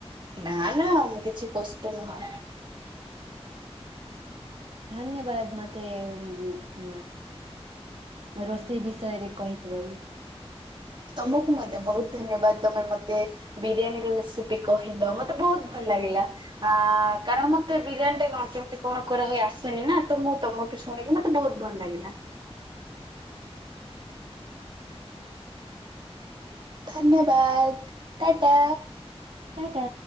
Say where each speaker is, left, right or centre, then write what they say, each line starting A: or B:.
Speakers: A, on the right; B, on the right.
A: ନା-ନା କିଛି କଷ୍ଟ ନୁହଁ।
B: ଧନ୍ୟବାଦ୍ ମତେ ଉଁ ରୋଷେଇ ବିଷୟରେ କହିଥିବାରୁ।
A: ତମକୁ ମଧ୍ୟ ବହୁତ୍ ଧନ୍ୟବାଦ୍, ତମେ ମତେ ବିରିୟାନୀ ର ରେସିପି କହିଲ, ମତେ ବହୁତ୍ ଭଲ ଲାଗିଲା। ଆ କାରଣ ମତେ ବିରିୟାନୀ ଟା କଣ କେମ୍ତି କଣ କରାହୁଏ ଆସେନି ନା, ତ ମୁଁ ତମ ଶୁଣିକି ମତେ ବହୁତ୍ ଭଲ୍ ଲାଗିଲା। ଧନ୍ୟବାଦ୍, ଟା ଟା।
B: ଟା ଟା।